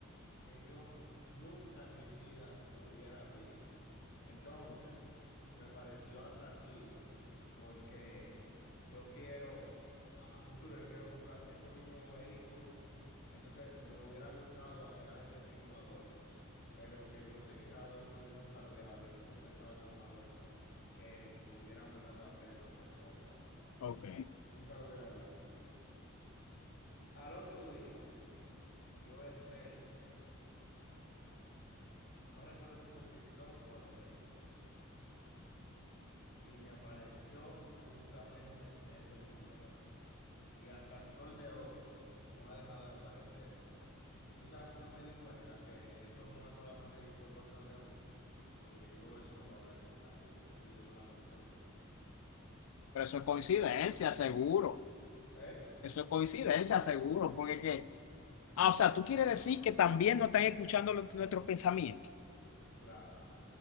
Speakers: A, on the left (about 55°); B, on the left (about 70°).
A: que yo nunca en mi vida lo hubiera visto. Entonces, me pareció atractivo porque yo quiero, a, a futuro, yo quiero comprar ese mismo vehículo. Entonces, me hubiera gustado agregar ese mismo adorno, pero que yo sé que ese adorno yo nunca lo hubiera visto. Yo pensaba que era un adorno que hubiera mandado a hacer una persona o algo.
B: Ok.
A: Nunca lo hubiera visto. Al otro día, yo entré, no recuerdo si fue en TikTok o en Facebook. y me apareció justamente ese mismo adorno. Y hasta el sol de hoy no ha dejado de aparecerme. Y tú sabes por qué me di cuenta que eso no es solamente de- por control de voz, porque yo eso no lo hablé con nadie, yo- eso yo solamente lo pensé
B: Pero
A: y
B: eso es
A: nunca
B: coincidencia,
A: lo hubiera.
B: seguro.
A: ¿Eh?
B: Eso es coincidencia, seguro.
A: No,
B: Porque que, ah, o sea, tú quieres decir que también no están escuchando lo- nuestros pensamientos.
A: claro.